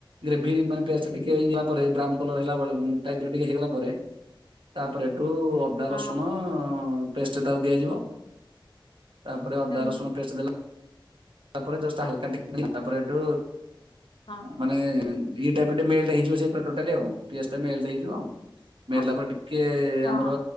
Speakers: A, on the right; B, on the left.
A: ଗ୍ରେଭି ମାନେ ପିଆଜ ଟା ଟିକେ ହେଇଗଲା ପରେ ବ୍ରାଉନ କଲର ହେଲା ଟାଇପ୍ ର ଟିକେ ହେଇଗଲା ପରେ ତାପରେ ଏଠୁ ଅଦା
B: ହଁ
A: ରସୁଣ ପେଷ୍ଟ ତାକୁ ଦିଆଯିବ। ତାପରେ ଅଦା
B: ହୁଁ
A: ରସୁଣ ପେଷ୍ଟ ଦେଲା ତା ପରେ ଜଷ୍ଟ୍ ହାଲକା ଟିକ ହାଲକା ଟିକେ ତାପରେ ହେଠୁ
B: ହଁ
A: ମାନେ ଇ ଟ ମ ହେଇଯିବ ସେଇାଟା ପିଆ ଟା ହେଇଯିବ। ମଳିଲା
B: ହଁ
A: ପରେ ଟିକେ
B: ହଁ
A: ଆମର